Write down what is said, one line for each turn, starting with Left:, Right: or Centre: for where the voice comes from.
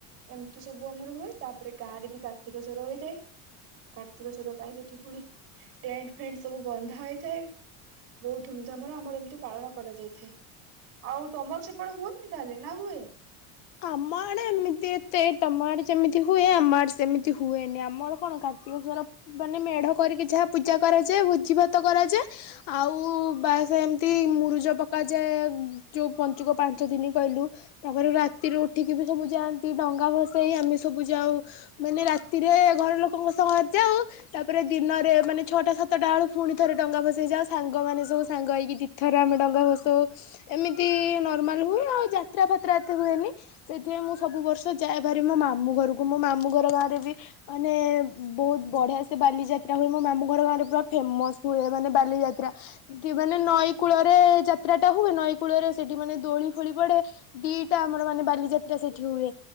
Right: ଏମିତି ସବୁ ଆମର ହୁଏ ତାପରେ ଗାଁ ରେ ବି କାର୍ତ୍ତିକ ସ୍ୱର ହେଇଥାଏ। କାର୍ତ୍ତିକ ସ୍ୱର ପାଇଁ ସେଠି ପୁଣି ଟେଣ୍ଟ ଫେଣ୍ଟ ସବୁ ବନ୍ଧା ହେଇଥାଏ। ବହୁତ ଧୁମଧାମରେ ଆମର ଏମିତି ପାଳନ କରାଯାଇଥାଏ। ଆଉ ତମର ସେପଟେ ହୁଏନି ତାହେଲେ ନା ହୁଏ।
Left: ଆମ ଆଡ଼େ ଏମିତି ଏତେ ତମ ଆଡ଼େ ଯେମିତି ହୁଏ ଆମ ଆଡେ ସେମିତି ହୁଏନି। ଆମର କଣ କାର୍ତ୍ତିକସର ମାନେ ମେଢ କରିକି ଯାହା ପୂଜା କରାଯାଏ ଭୋଜି ଭାତ କରାଯାଏ। ଆଉ ବାସ୍ ଏମତି ମୁରୁଜ ପକାଯାଏ ଯୋଉ ପଞ୍ଚୁକ ପାଞ୍ଚ ଦିନ କହିଲୁ ତାପରେ ରାତିରୁ ଉଠିକି ବି ସବୁ ଯାଆନ୍ତି। ଡଙ୍ଗା ଭସେଇ ଆମେ ସବୁ ଯାଉ ମାନେ ରାତିରେ ଘର ଲୋକଙ୍କ ସହରେ ଯାଉ ତାପରେ ଦିନରେ ମାନେ ଛଅଟା ସାତଟା ବେଳୁ ପୁଣି ଥରେ ଡଙ୍ଗା ଭସେଇ ଯାଉ ସାଙ୍ଗମାନେ ସବୁ ସାଙ୍ଗ ହେଇକି ଦୁଇ ଥରରେ ଆମେ ଡଙ୍ଗା ଭସଉ। ଏମିତି ନର୍ମାଲ ହୁଏ ଆଉ ଯାତ୍ରା ଫାତ୍ରା ଏତେ ହୁଏନି। ସେଥିପାଇଁ ମୁଁ ସବୁ ବର୍ଷ ଯାଏ ଭାରି ମୋ ମାମୁଁ ଘରକୁ ମୋ ମାମୁଁ ଘର ଗାଁ ରେ ବି ମାନେ ବହୁତ ବଢିଆ ସେ ବାଲିଯାତ୍ରା ହୁଏ। ମୋ ମାମୁଁ ଘର ଗାଁ ରେ ପୁରା ଫେମସ ହୁଏ ମାନେ ବାଲିଯାତ୍ରା ଏମିତି ମାନେ ନଈ କୂଳରେ ଯାତ୍ରାଟା ହୁଏ ନଈ କୂଳରେ ସେଠି ମାନେ ଦୋଳି ଫୋଳି ପଡେ ଦିଟା ଆମର ମାନେ ବାଲିଯାତ୍ରା ସେଠି ହୁଏ